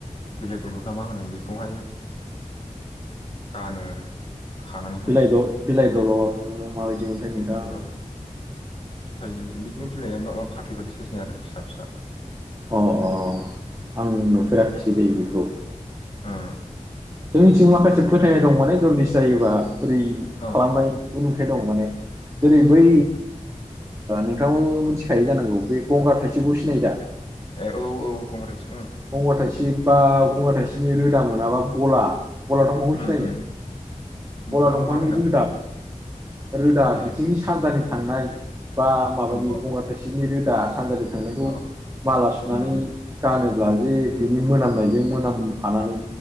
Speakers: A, on the left; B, on the right.
A: बिलाइ दलद ना मा होनो बेखौहाय गानो आरो खानानैहाय
B: बिलाइ द- बिलाइ दलर माबायदि मोनथाय नोंथां।
A: बिलाइ दलद फिथाइ बिदिनो बिलाइआ माबा फाथै बादि साइजनि आरो फिसा फिसा
B: अ अ आं नुफेराखिसै दैे बेखौ।
A: ए
B: जोंनिथिं माखासे फोथायनाय दं माने जन्दिस जायोबा ओरै
A: औ
B: खालामनाय नुफेर दां माने जेरै बै नोंथां मिथिखायो जानांगौ बे गंगार थाइसेबखौ सिनायो दा?
A: ए औ औ कंग्रेस
B: गंगार थाइसेब बा गंगार थाइसेबनि रोदा मोनाबा बला बला दंफांखौ
A: उम
B: सिनायो
A: उम
B: बला
A: मा
B: दंफांनि
A: मा होनदों
B: रोदा रोदा
A: ए
B: बिथिंनि सानजानि थांनाय बा माबानि
A: औ औ
B: गंगार थाइसेबनि रोदा सानजानि थांनायखौ
A: औ
B: माला सुनानै
A: उम
B: गानो। ब्ला जे बिनि मोनामनायजों मोनामफानानै